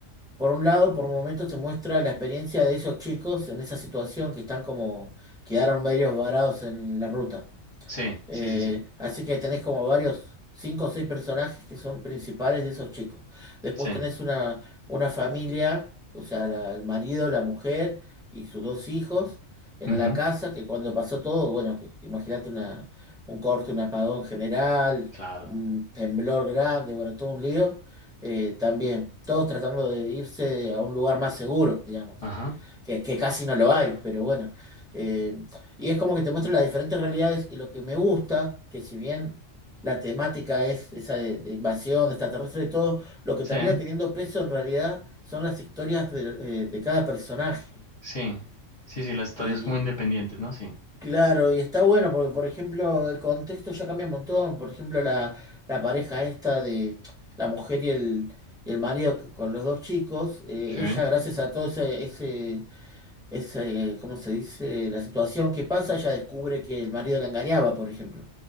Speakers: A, in the centre; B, on the left (about 35°).
A: por un lado, por momentos te muestra la experiencia de esos chicos en esa situación que están como, quedaron medios varados en la ruta.
B: Sí,
A: Eh,
B: sí, sí, sí.
A: así que tenés como varios, cinco o seis personajes que son principales de esos chicos. Después
B: Sí.
A: tenés una, una familia, o sea, la- el marido, la mujer y sus dos hijos en
B: Ujú,
A: la casa, que cuando pasó todo, bueno, que- imagínate una, un corte, un apagón general,
B: Claro.
A: un temblor grande, bueno, todo un lío. Eh, también, todos tratando de irse a un lugar más seguro, digamos,
B: Ajá.
A: que, que casi no lo hay, pero bueno. eh, y es como que te muestra las diferentes realidades y lo que me gusta, que si bien la temática es esa de, de invasión extraterrestre y todo, lo que
B: Sí,
A: termina teniendo peso en realidad son las historias de, eh, de cada personaje.
B: sí. Sí, sí, las historias
A: Y
B: como independientes, ¿no? Sí.
A: claro, y está bueno porque, por ejemplo, el contexto ya cambia un montón. Por ejemplo, la, la pareja esta de la mujer y el, y el marido c- con los dos chicos, eh,
B: Schön.
A: ella gracias a todo ese, ese es, eh, ¿cómo se dice? La situación que pasa, ella descubre que el marido la engañaba, por ejemplo.